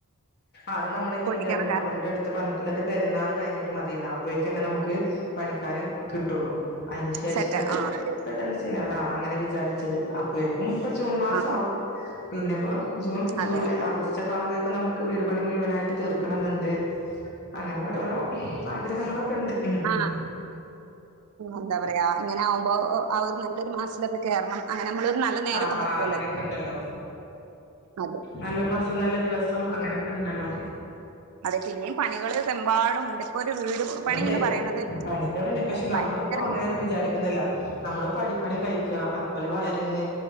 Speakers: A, on the left; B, on the right.
A: അത് നമ്മൾ ഇനി
B: പൊട്ടിക്കണം
A: എഴുതിയാലും
B: കാ
A: അവരുടെയെടുത്ത് പറഞ്ഞു. ഇന്നട്ട് പെരുന്നാൾ കഴിഞ്ഞിട്ട് മതിയന്നാ അപ്പോഴൊക്ക നമുക്ക് പണിക്കാരൻ കിട്ടുള്ളൂ അതിന് ശേഷം
B: സെറ്റ്
A: എന്നിട്ട്
B: ആഹ് അതെ
A: പെട്ടെന്ന് ചെയ്യലാ അങ്ങനെ വിചാരിച്ചത് അപ്പേ ഉ ഇപ്പ ജൂൺ മാസം
B: ആഹ്
A: ആവും പിന്നെപ്പോ ജൂൺ ജുലൈ
B: അതെ
A: ഓഗസ്റ്റ് ആകുമ്പോഴേക്കും നമുക്ക് വീട്പണി മുഴുവനായിട്ട് തീർക്കണം എന്നുണ്ട് അങ്ങനെ ഓരോരോ ആഗ്രഹങ്ങളൊക്കെ ഉണ്ട്. ഉം
B: ആഹ
A: ഉം
B: എന്താ പറയാ ഇങ്ങനെ ആവുമ്പോ അവര് <unintelligible> കേറണം അല്ലെ കാരം നമ്മള് നല്ല നേരൊക്കെ
A: ആഹ്
B: നോക്കുല്ലോ
A: ആഹ് അങ്ങനെയൊക്കെ ഉണ്ടല്ലോ
B: <unintelligible>
A: നല്ല മാസം നല്ല ദിവസം അങ്ങനെയൊക്കെ ഉണ്ടല്ലോ
B: അതെ പിന്നയും പണികൾമ്പാടു ഉണ്ട് ഒരു വീട് പണി
A: ഉണ്ട്
B: പറയണത്
A: പണികളുണ്ട് പക്ഷെ
B: ഭയങ്കര
A: നമ്മളിപ്പോ അങ്ങനെന്ന് വിചാരിക്കുന്നില്ല നമ്മള് പഠി പണി കഴിക്കുക അതുപോലെ വയറിങ്ങ്